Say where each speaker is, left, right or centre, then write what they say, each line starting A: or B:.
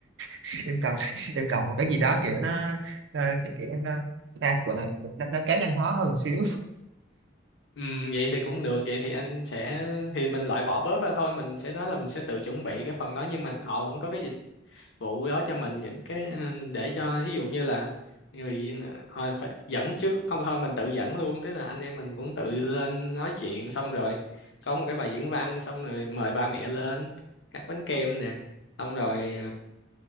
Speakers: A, on the right; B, on the left.
A: <laughs> em cần em cần một cái gì đó kiểu nó, nó kiểu, kiểu nó sao gọi là nó, nó cá nhân hóa hơn xíu
B: ừ vậy thì cũng được vậy thì anh sẽ thì mình loại bỏ bớt ra thôi mình sẽ nói là mình sẽ tự chuẩn bị cái phần đó nhưng mà họ vẫn có cái vụ đó cho mình những cái ờ, để cho ví dụ như là người ờ, thôi phải dẫn trước không thôi mình tự dẫn luôn tức là anh em mình cũng tự lên nói chuyện xong rồi có một cái bài diễn văn xong rồi mời ba mẹ lên cắt bánh kem nè xong rồi